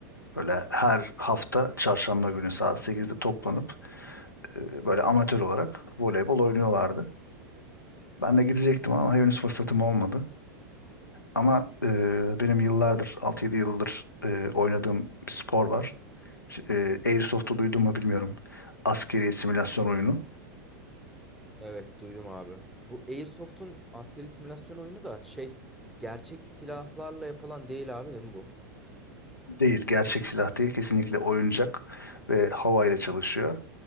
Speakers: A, on the left; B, in the centre.
A: Böyle her hafta çarşamba günü saat 8'de toplanıp e, böyle amatör olarak voleybol oynuyorlardı. Ben de gidecektim ama henüz fırsatım olmadı. Ama e, benim yıllardır, altı yedi yıldır e, oynadığım bir spor var. Ş- E, Airsoft'u duydun mu bilmiyorum. Askeri simülasyon oyunu.
B: Evet duydum abi. Bu Airsoft'un askeri simülasyon oyunu da şey gerçek silahlarla yapılan değil abi değil mi bu?
A: Değil, gerçek silah değil. Kesinlikle oyuncak ve havayla çalışıyor.